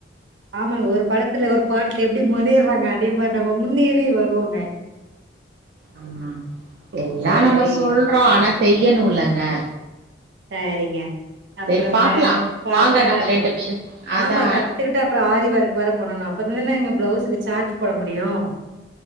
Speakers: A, on the right; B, on the right.
A: ஆமாங்க ஒரு படத்துல ஒரு பாட்டுல எப்டி முன்னேறாங்க அதே மாரி நம்ம முன்னேறி வருவோங்க
B: ம் எல்லா
A: சரிங்க
B: நம்ம சொல்றோ ஆனா செய்யணுல்லங்க
A: சேரிங்க அப்பறங்க
B: சரி பாக்கலா
A: பாக்
B: வாங்க
A: பாக்கலா
B: நம்ம ரெண்டு பேரு அதா
A: ஆமா கத்துக்குட்டா அப்பறோ ஆரி வொர்க் வேற பண்ணனு அப்ப தானங்க பிளவுஸுக்கு சார்ஜ் போட முடியு